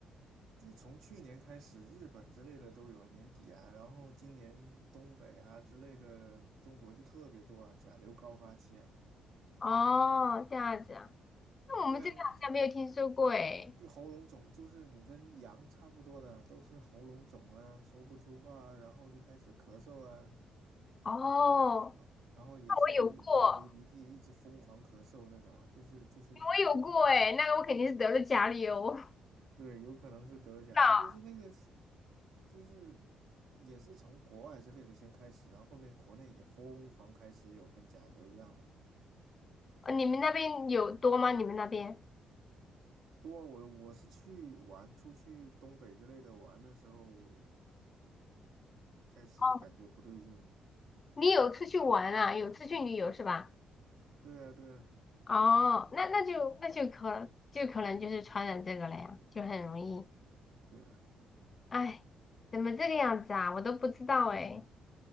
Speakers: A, on the right; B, on the left.
A: 就是从去年开始，日本之类的都有啊，年底啊，然后今年东北啊之类的，中国就特别多啊，甲流高发期啊，
B: 哦，这样子啊，那我们这边好像没有听说过诶。
A: 对啊，就喉咙肿，就是你跟羊差不多的，都是喉咙肿啊，说不出话啊，然后就开始咳嗽啊，
B: 哦，
A: 然后然后也是流流流鼻涕，
B: 那我有过，
A: 一直疯狂咳嗽那种啊，就是就是，
B: 我有过诶，那个我肯定是得了甲流。<laughs> 我不知
A: 对，有可能是得了甲流，
B: 道
A: 就是那个。就是也是从国外之类的先开始，然后后面国内也疯狂开始有跟甲流一样的。
B: 呃你们那边有多吗？你们那边？
A: 多啊我我是去玩，出去东北之类的玩的时候，开始感觉不对劲了。
B: 哦，你有出去玩啊？有出去旅游是吧？
A: 对啊，对啊，
B: 哦，那那就那就可就可能就是传染这个了呀，就很容易。
A: 对啊，
B: 哎，怎么这个样子啊？我都不知道哎。